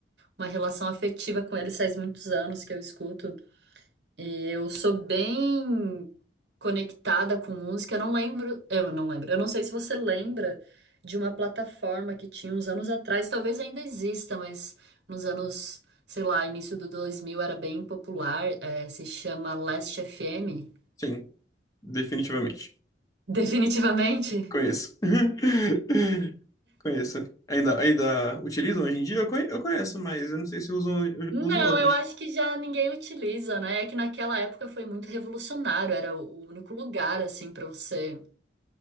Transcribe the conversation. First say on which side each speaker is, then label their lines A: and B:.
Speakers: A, on the right; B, on the left.
A: uma relação afetiva com eles faz muitos anos que eu escuto. E eu sou bem conectada com música, eu não lembro, eu não lembro, eu não sei se você lembra de uma plataforma que tinha uns anos atrás, talvez ainda exista, mas nos anos, sei lá, início do 2000 era bem popular, eh, se chama Last FM,
B: sim, definitivamente.
A: <laughs> definitivamente.
B: Conheço. <laughs> Conheço. Ainda, ainda utilizam hoje em dia? Eu conhe- eu conheço, mas eu não sei se usam, eu
A: Não,
B: uso outras.
A: eu acho que já ninguém utiliza, né? É que naquela época foi muito revolucionário, era o o único lugar assim pra você,